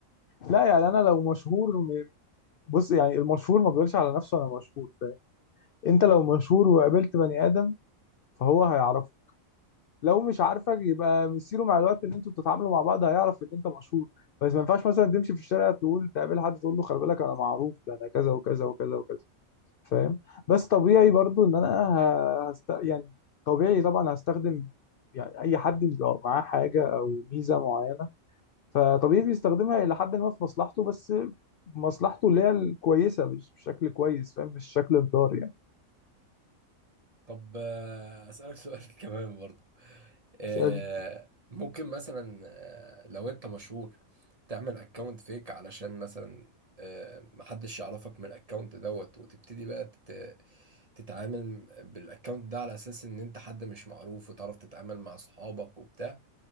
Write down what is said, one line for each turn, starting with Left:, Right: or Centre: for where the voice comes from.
Left: لا يعني انا لو مشهور م- بص يعني المشهور ما بيقولش على نفسه انا مشهور فاهم انت لو مشهور وقابلت بني ادم فهو هيعرفك لو مش عارفك يبقى مصيره مع الوقت ان انتوا بتتعاملوا مع بعض هيعرف ان انت مشهور بس ما ينفعش مثلا تمشي في الشارع تقول تقابل حد تقول له خلي بالك انا معروف ده انا كذا وكذا وكذا وكذا فاهم بس طبيعي برضو ان انا ه- هست... يعني طبيعي طبعا هستخدم يعني اي حد بيبقى معاه حاجه او ميزه معينه فطبيعي بيستخدمها الى حد ما في مصلحته بس مصلحته اللي هي الكويسه مش بشكل كويس فاهم مش شكل الضار يعني
Right: طب آه، أسألك سؤال <laughs> كمان برضو آه،
Left: اسال
Right: ممكن مثلا آه، لو انت مشهور تعمل اكونت فيك علشان مثلا آه، محدش يعرفك من الاكونت دوت وتبتدي بقى تت- تتعامل بالاكونت ده على اساس ان انت حد مش معروف وتعرف تتعامل مع صحابك وبتاع